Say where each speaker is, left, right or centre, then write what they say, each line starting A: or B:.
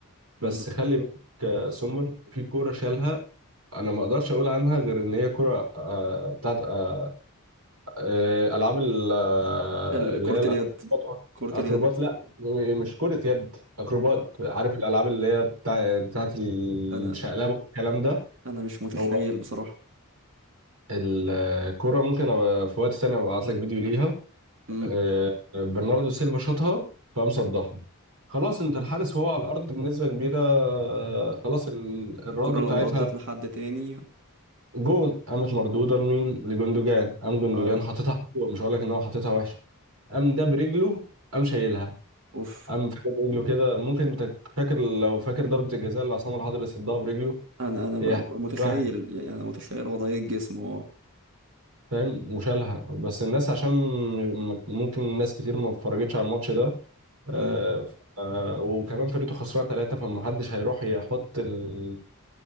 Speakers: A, on the right (about 85°); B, on the right (about 60°).
A: بس
B: مم.
A: خلي بالك آه، سومر في كورة شالها انا ما اقدرش اقول عنها غير ان هي كورة آه، بتاعت آه، آه، العاب ال- آه،
B: ال-
A: اللي
B: كرة
A: هي الاكروبات
B: اليد كرة
A: اكروبات
B: اليد
A: لا م- مش كرة يد اكروبات
B: آه.
A: عارف الالعاب اللي هي بتاع- بتاعت الشقلبة
B: أنا
A: والكلام ده
B: أنا مش متخيل
A: هو
B: بصراحة
A: الكرة ممكن أبقى في وقت تاني أبعت لك فيديو ليها
B: مم.
A: آه، برناردو سيلفا شاطها فقام صدها خلاص انت الحارس وهو على الارض بنسبه كبيره آه، خلاص ال- الرده
B: الكرة
A: بتاعتها
B: لو ردت لحد تاني
A: جون قامت مردوده لمين لجوندوجان قام جوندوجان
B: اه
A: حاططها حلوه مش هقول لك ان هو حاططها وحشه قام ده برجله قام شايلها
B: اوف
A: قام فاكر برجله كده ممكن انت فاكر لو فاكر ضربه الجزاء اللي عصام الحضري صدها برجله
B: انا انا
A: هي
B: ب- متخيل
A: شبه-
B: يعني انا متخيل وضعية جسمه اه
A: فاهم وشالها بس الناس عشان م- ممكن ناس كتير ما اتفرجتش على الماتش ده آه،
B: امم
A: ف- آه، وكمان فرقته خسرانه ثلاثه فمحدش هيروح يحط ال-